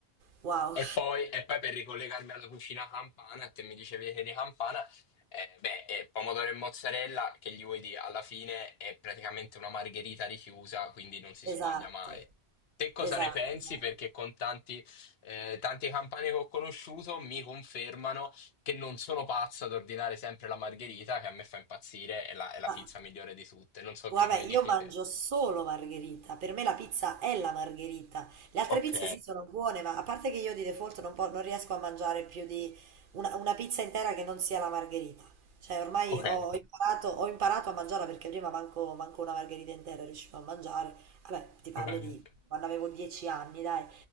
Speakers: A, on the right (about 60°); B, on the left (about 70°).
A: wow.
B: E poi, e poi per ricollegarmi alla cucina campana, te mi dicevi che di campana, eh, beh, eh, pomodoro e mozzarella, che gli vuoi dire, alla fine è praticamente una margherita richiusa, quindi
A: <laughs>
B: non si
A: Esatto,
B: sbaglia mai. Te cosa
A: Esatto,
B: ne pensi?
A: esatto.
B: Perché con tanti, eh, tanti campani che ho conosciuto mi confermano che non sono pazzo ad ordinare sempre la margherita, che a me fa impazzire, è la, è la
A: Ma
B: pizza migliore di tutte. Non so
A: guarda,
B: che mi
A: io
B: dici
A: mangio
B: te.
A: solo margherita. Per me la pizza è la margherita. Le altre
B: Ok,
A: pizze sì sono buone, ma a parte che io di default non, po- non riesco a mangiare più di una, una pizza intera che non sia la margherita. Cioè, ormai
B: ok,
A: ho ho imparato, ho imparato a mangiarla perché prima manco, manco una margherita intera riuscivo a mangiare. Vabbè, ti parlo
B: va bene.
A: di quando avevo 10 anni, dai.